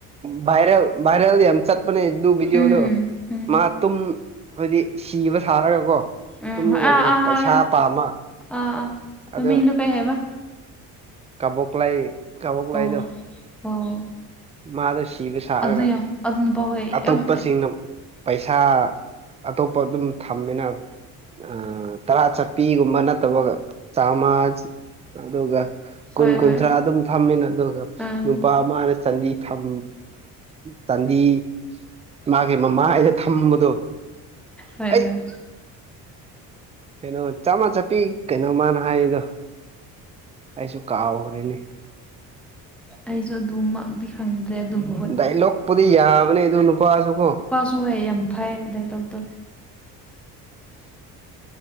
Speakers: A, on the right (about 15°); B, in the centre.
A: ꯥꯕꯥꯏꯔꯦꯜ ꯕꯥꯏꯔꯦꯜ ꯌꯝ ꯆꯠꯄꯅꯦ ꯑꯗꯨ ꯕꯤꯗꯤꯌꯣꯗꯣ
B: ꯎꯝ ꯎꯝ
A: ꯃꯥ ꯇꯨꯝ ꯍꯥꯏꯗꯤ ꯁꯤꯕ ꯁꯥꯔꯒꯀꯣ
B: ꯎꯝ
A: ꯇꯨꯝꯃꯒ
B: ꯑꯥ
A: ꯂꯩꯑꯦ
B: ꯑꯥ
A: ꯄꯩꯁꯥ ꯄꯥꯝꯃ
B: ꯑꯥ ꯑ ꯃꯃꯤꯡꯗꯣ
A: ꯑꯗꯨ
B: ꯀꯩ ꯍꯥꯏꯕ
A: ꯀꯕꯣꯛꯂꯩ ꯀꯕꯣꯛꯂꯩ
B: ꯑꯣ
A: ꯗꯣ
B: ꯑꯣ
A: ꯃꯥꯗꯣ ꯁꯤꯕ ꯁꯥꯔꯒ
B: ꯑꯗꯨ ꯌꯥꯝ ꯑꯗꯨ ꯅꯨꯄꯥ ꯍꯣꯏ
A: ꯑꯇꯣꯞꯄꯁꯤꯡꯅ
B: ꯌꯥꯝ
A: ꯄꯩꯁꯥ ꯑꯇꯣꯞꯄ ꯑꯗꯨꯝ ꯊꯝꯃꯤꯅ ꯑꯥ ꯇꯔꯥ ꯆꯠꯄꯤꯒꯨꯝꯕ ꯅꯠꯇꯕꯒ ꯆꯥꯃ ꯑꯗꯨꯒ ꯀꯨꯟ
B: ꯍꯣꯏ
A: ꯀꯨꯟꯊ꯭ꯔꯥ
B: ꯍꯣꯏ
A: ꯑꯗꯨꯝ ꯊꯝꯃꯦꯅ ꯑꯗꯨꯒ
B: ꯑꯥ
A: ꯅꯨꯄꯥ ꯑꯃꯅ ꯆꯥꯟꯗꯤ ꯊꯝ ꯇꯥꯟꯗꯤ ꯃꯥꯒꯤ ꯃꯃꯥ ꯍꯥꯏꯗ ꯊꯝꯕꯗꯣ
B: ꯍꯣꯏ
A: ꯑꯩ
B: ꯍꯣꯏ
A: ꯀꯩꯅꯣ ꯆꯞꯃ ꯆꯠꯄꯤ ꯀꯩꯅꯣ ꯃꯥꯅ ꯍꯥꯏꯗꯣ ꯑꯩꯁꯨ ꯀꯥꯎꯈ꯭ꯔꯦꯅꯤ
B: ꯑꯩꯁꯨ ꯑꯗꯨꯃꯗꯤ ꯈꯪꯗ꯭ꯔꯦ ꯑꯗꯨꯝ
A: ꯗꯥꯏꯂꯣꯛꯄꯨꯗꯤ ꯌꯥꯕꯅꯦ ꯑꯗꯨ ꯅꯨꯄꯥꯁꯨ ꯀꯣ
B: ꯁꯣꯏꯑꯦ ꯌꯥꯝ ꯐꯩ ꯗꯥꯏꯂꯣꯛꯇꯣ